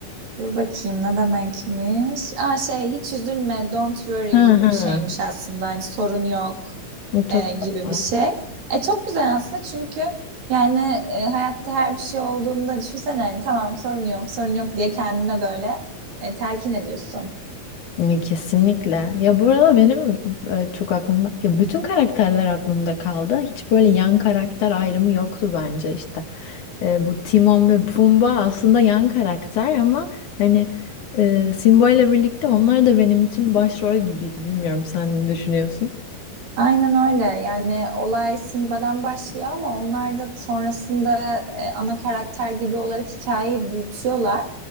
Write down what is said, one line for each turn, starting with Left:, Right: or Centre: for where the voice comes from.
Right: Dur bakayım ne demekmiş. Aa şey hiç üzülme don't worry
Left: Hı
Right: gibi
Left: hı.
Right: bir şeymiş aslında. Hani sorun yok
Left: Çok
Right: e, gibi
Left: tatlı.
Right: bir şey. E çok güzel aslında çünkü yani e, hayatta her bir şey olduğunda düşünsene hani tamam sorun yok sorun yok diye kendine böyle e, telkin ediyorsun.
Left: Ya, kesinlikle. Ya bu arada benim e, çok aklımda ya bütün karakterler aklımda kaldı. Hiç böyle yan karakter ayrımı yoktu bence işte. E, bu Timon ve Pumba aslında yan karakter ama hani e, Simba ile birlikte onlar da benim için başrol gibiydi. Bilmiyorum sen ne düşünüyorsun?
Right: Aynen öyle yani olay Simba'dan başlıyor ama onlar da sonrasında e, ana karakter gibi olarak hikayeyi büyütüyorlar.